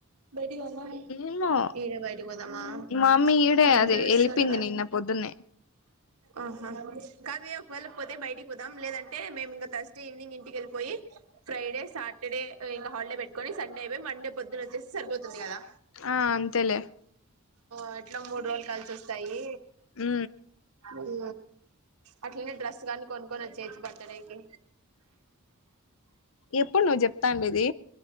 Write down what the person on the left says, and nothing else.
ఏమో
మా మమ్మీ ఈడే
అదే
వెళ్ళిపోయింది
నిన్న <inaudible>
ఆ అంతేలే
ఉ
ఎప్పుడు నువ్వు చెప్తా అండి ఇది